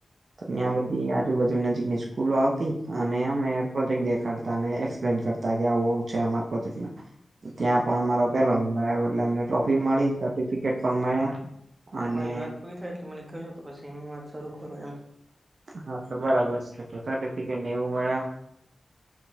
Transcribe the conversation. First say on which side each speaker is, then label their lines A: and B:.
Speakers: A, on the right; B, on the right.
A: ત્યાં બધી આજુબાજુ નજીકની સ્કૂલો આવતી અને અમે પ્રોજેક્ટ દેખાડતા અને એક્સપ્લેન કર તા કે આવું આવું છે અમારા પ્રતીકના ત્યાં પણ અમારા પેલો નંબર આવ્યો એટલે અમને ટ્રોફી મળી સર્ટિફિકેટ પણ મળ્યા અને
B: તમારી વાત પૂરી થાય એટલે મને કહજો તો પછી હું વાત શરૂ કરૂ એમ
A: હા તો બરાબર છે તો સરટીફિકેટ નેવું મળ્યા